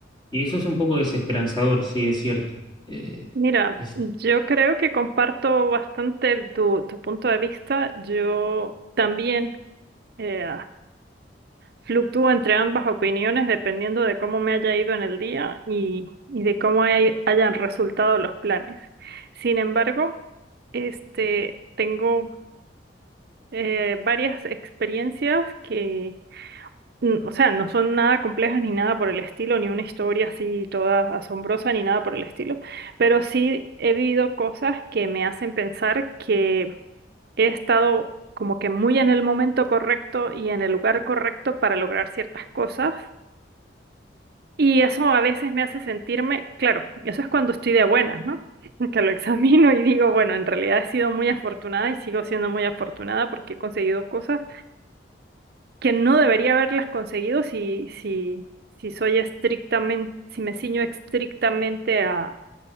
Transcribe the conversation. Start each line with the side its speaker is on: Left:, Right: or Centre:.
Left: y eso es un poco desesperanzador, sí, es cierto. Eh,
Right: Mira,
Left: es-
Right: yo creo que comparto bastante el- tu, tu punto de vista. Yo también eh, fluctúo entre ambas opiniones dependiendo de cómo me haya ido en el día y, y de cómo hay- hayan resultado los planes. Sin embargo, este, tengo eh, varias experiencias que, n- o sea, no son nada complejas ni nada por el estilo, ni una historia así toda asombrosa ni nada por el estilo, pero sí he vivido cosas que me hacen pensar que he estado como que muy en el momento correcto y en el lugar correcto para lograr ciertas cosas. Y eso a veces me hace sentirme, claro, eso es cuando estoy de buenas, ¿no? <laughs> Que lo examino y digo, bueno, en realidad he sido muy afortunada y sigo siendo muy afortunada porque he conseguido cosas que no debería haberlas conseguido si, si, si soy estrictamente, si me ciño estrictamente a,